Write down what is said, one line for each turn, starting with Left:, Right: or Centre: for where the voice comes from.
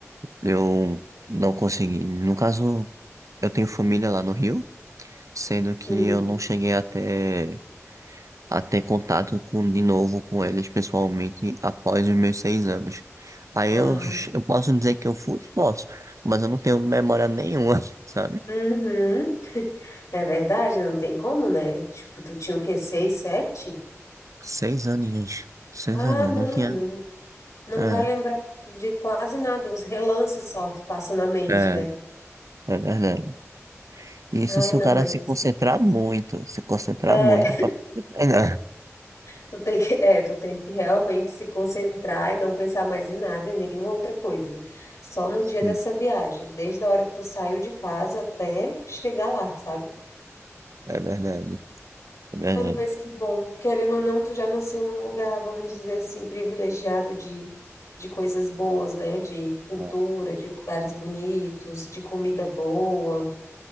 Right: eu não consegui. No caso, eu tenho família lá no Rio, sendo que
Left: Sim.
Right: eu não cheguei até a ter contato com, de novo com eles pessoalmente após os meus seis anos. Aí
Left: Ah,
Right: eu, eu posso dizer que eu fui? Posso, mas eu não tenho memória nenhuma, <laughs> sabe?
Left: uhum. <laughs> É verdade, não tem como, né? Tipo, tu tinha o quê? Seis, sete?
Right: Seis aninhos. Seis
Left: Ah,
Right: aninhos,
Left: não,
Right: não tinha.
Left: não. Não
Right: É,
Left: vai lembrar de quase nada, os relances só que passam na mente,
Right: é,
Left: né?
Right: é verdade. Isso
Left: Ai,
Right: se
Left: não,
Right: o cara
Left: mas.
Right: se concentrar muito, se concentrar
Left: É,
Right: muito pra. <laughs> É, não.
Left: <laughs> tu tem que, é, tu tem que realmente se concentrar e não pensar mais em nada e nenhuma outra coisa. Só no
Right: Sim,
Left: dia dessa viagem, desde a hora que tu saiu de casa até chegar lá, sabe?
Right: é verdade, é verdade.
Left: Ai, mas que bom. Querendo ou não, tu já nasceu num lugar, vamos dizer assim, privilegiado de, de coisas boas, né? De cultura,
Right: Ah,
Left: de lugares bonitos, de comida boa.